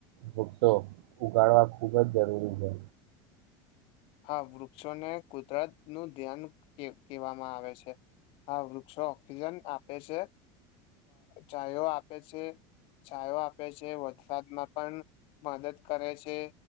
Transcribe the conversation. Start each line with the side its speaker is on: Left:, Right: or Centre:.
Right: વૃક્ષો ઉગાડવા ખુબ જ જરૂરી છે
Left: હા વૃક્ષોને કુદરત નું ધ્યાન કહેવામાં આવે છે હા વૃક્ષો ઓક્સિજન આપે છે ચાયો આપે છે છાયો આપે છે વરસાદમાં પણ મદદ કરે છે